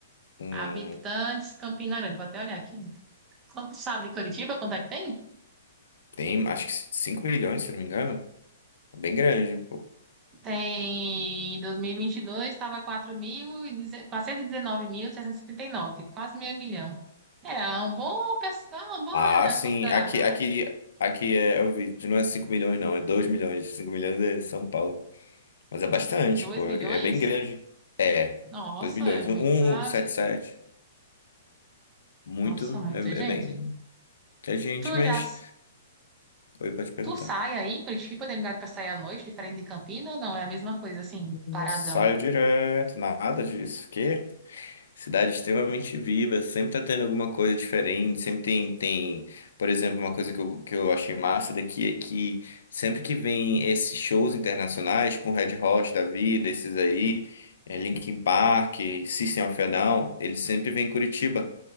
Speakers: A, on the left; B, on the right.
A: Hum,
B: Habitantes, Campina Grande, vou até olhar aqui. Quanto sabe de Curitiba, quanto é que tem?
A: tem, acho que 5 milhões, se eu não me engano. É Bem grande.
B: Tem, em 2022 estava quatro mil mil e deze- quatrocentos e dezenove mil seiscentos e setenta e quatrocentos nove quase meio milhão. É, é um bom, perce- é um bom,
A: Ah,
B: é
A: sim.
B: considerável,
A: Aqui, aqui,
B: né?
A: aqui é é o vídeo. Não é 5 milhões, não. É 2 milhões. 5 milhões é São Paulo. Mas é bastante,
B: dois
A: pô.
B: milhões?
A: É é bem grande. É.
B: Nossa,
A: dois milhões.
B: é muito,
A: Um
B: habi-
A: um, sete sete. Muito.
B: nossa, muita
A: É,
B: gente.
A: é bem. É gente,
B: Tu
A: mas.
B: já
A: Oi, pode perguntar.
B: Tu sai aí, Curitiba tem lugar pra sair à noite, diferente de Campina ou não? É a mesma coisa, assim,
A: Não
B: paradão.
A: saio direto. Nada disso. Quê? Cidade extremamente viva, sempre tá tendo alguma coisa diferente, sempre tem, tem, por exemplo, uma coisa que eu, que eu achei massa daqui é que sempre que vem esses shows internacionais, tipo um Red Hot da vida, esses aí, é, Linkin Park, System of a Down, eles sempre vêm em Curitiba,